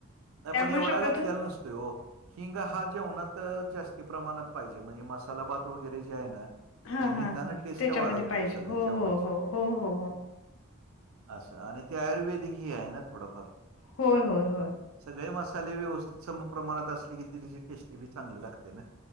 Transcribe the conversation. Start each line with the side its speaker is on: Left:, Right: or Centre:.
Right: नाही
Left: त्यामुळे
Right: पण एवढा
Left: शक्यतो
Right: घातलेला नसतो. त हिंग हा जेवणात जास्ती प्रमाणात पाहिजे. म्हणजे मसाला भात वगैरे जे आहे ना?
Left: हा
Right: हिंगण
Left: हा हा
Right: टेस्टं
Left: त्याच्यामध्ये
Right: वाढवंत
Left: पाहिजे
Right: सगळं
Left: हो
Right: जेवणांची
Left: हो हो हो हो हो
Right: असं आणि ते आयुर्वेदिक ही आहे नां थोडंफार
Left: होयं होयं होयं
Right: सगळें मसाले व्यवस्थित समं प्रमाणांत असले की ते तिची टेस्टी बी चांगली लागते नां